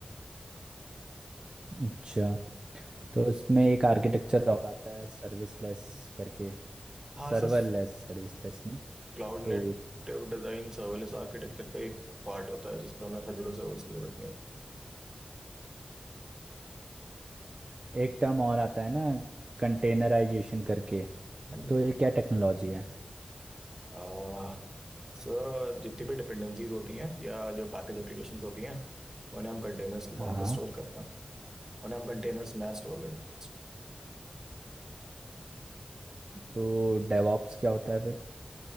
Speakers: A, on the right; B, on the right.
A: अच्छा तो इसमें एक आर्किटेक्चर और आता है सर्विसलेस करके
B: हाँ
A: सर्वरलेस
B: sir
A: सर्विसलेस नहीं
B: Cloud
A: तो
B: native design serverless architecture
A: उस-
B: का एक पार्ट होता है जिसपे हमें फिजिकल सर्वर्स की जरूरत नहीं होती
A: एक टर्म और आता है ना कंटेनराइजेशन करके
B: हाँ जी।
A: तो ये क्या टेक्नोलॉजी है
B: अह, सर जितनी भी डिपेंडेंसीज होती हैं या जो पैकेज एप्लीकेशंस होती हैं उन्हें हम कंटेनर्स के
A: हाँ
B: फॉर्म पर स्टोर करते हैं उन्हें हम कंटेनर्स में स्टोर करते हैं
A: तो डेवॉप्स क्या होता है फिर